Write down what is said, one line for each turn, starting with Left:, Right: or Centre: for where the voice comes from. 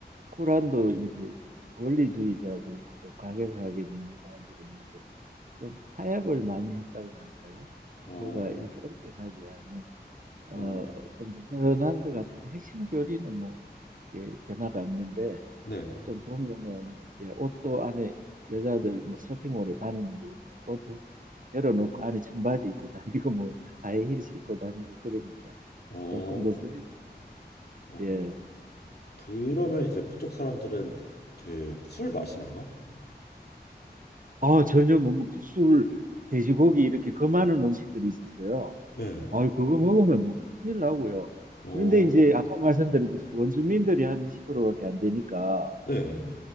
Right: 쿠란도 이렇게 원리주의자들이 있고 좀 과격하게 믿는 사람들이 있는데 좀 타협을 많이 했다고나 할까요?
Left: 어,
Right: 뭐가 이렇게 엄격하지 않은 어,
Left: 어,
Right: 좀 느슨한 것 같은데 핵심 교리는 뭐 예, 변화가 없는데
Left: 네.
Right: 좀 보면은 예, 옷도 안에 여자들 뭐 쇼핑몰에 다니는 거 보면 옷 열어놓고 안에 청바지 입고 다니고 뭐 하이힐 신고 다니고 그러니까
Left: 어,
Right: 조금 느슨해지죠.
Left: 어,
Right: 예.
Left: 그러면 이제 그쪽 사람들은 그 술 마시나요?
Right: 아 전혀 못 먹죠. 술, 돼지고기 이렇게 그 많은 음식들이 있었어요.
Left: 네.
Right: 아 그거 먹으면 뭐 큰일 나고요.
Left: 어,
Right: 그런데 이제 아까 말씀드렸듯이 원주민들이 한 20%밖에 안 되니까
Left: 네.